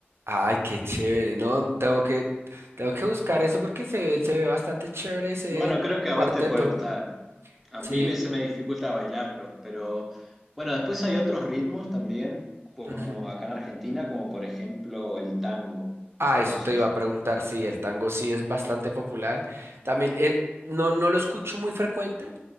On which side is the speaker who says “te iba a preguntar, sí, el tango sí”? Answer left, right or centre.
Right